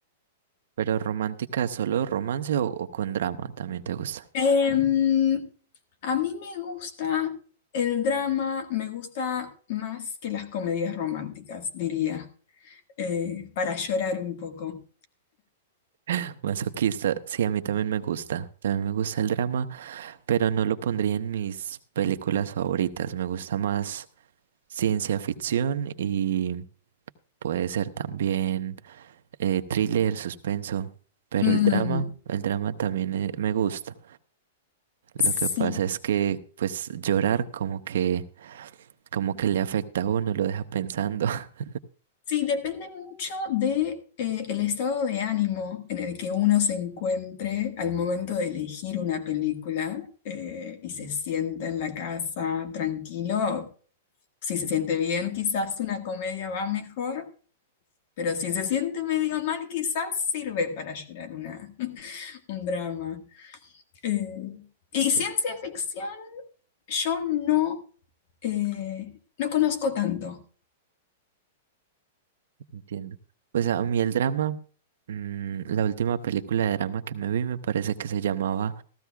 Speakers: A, on the right; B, on the left.
A: ¿Pero romántica, solo romance o, o con drama? También te gusta.
B: Em, a mí me gusta el drama, me gusta más que las comedias románticas, diría, eh, para llorar un poco.
A: <laughs> Masoquista, sí, a mí también me gusta. También me gusta el drama, pero no lo pondría en mis películas favoritas. Me gusta más ciencia ficción y puede ser también eh, thriller, suspenso. Pero
B: Mm,
A: el drama, el drama también eh, me gusta.
B: sí,
A: Lo que pasa es que, pues, llorar como que, como que le afecta a uno, lo deja pensando. <laughs>
B: Sí, depende mucho de, eh, el estado de ánimo en el que uno se encuentre al momento de elegir una película eh, y se sienta en la casa tranquilo. Si se siente bien, quizás una comedia va mejor, pero si se siente medio mal, quizás sirve para llorar una, <laughs> un drama. Eh, y ciencia
A: Sí,
B: ficción, yo no, eh, no conozco tanto.
A: Entiendo. Pues a mí el drama, mm, la última película de drama que me vi me parece que se llamaba